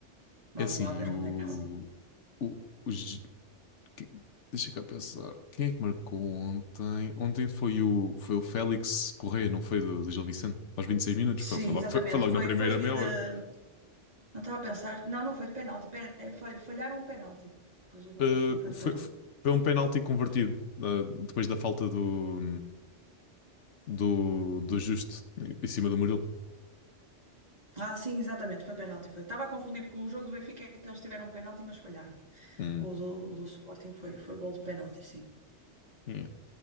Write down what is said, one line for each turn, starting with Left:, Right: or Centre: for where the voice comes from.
Right: Vamos
Left: É assim,
Right: lá ver
Left: o,
Right: como é que corre. assim,
Left: o, os- que- deixa cá pensar, quem é que marcou ontem? Ontem foi o, foi o Félix Correia, não foi do, do Gil Vicente? Aos 26 minutos,
Right: Sim,
Left: foi, foi logo,
Right: exatamente.
Left: foi, foi logo
Right: Foi,
Left: na primeira
Right: foi de.
Left: meia hora.
Right: Não estava a pensar. Não, não foi de penalti. pe- Foi, falharam um penalti. Pois o gol
Left: Uh,
Right: acho que não foi de
Left: foi,
Right: penalti.
Left: foi um penalti convertido, uh, depois da falta do, do, do Justo em cima do Murilo.
Right: Ah, sim, exatamente, foi penalti, foi. Estava a confundir porque o jogo do Benfica é que eles tiveram um penalti, mas falharam.
Left: Hum.
Right: O do, o do Sporting foi, foi gol de penalti, sim.
Left: Yeah.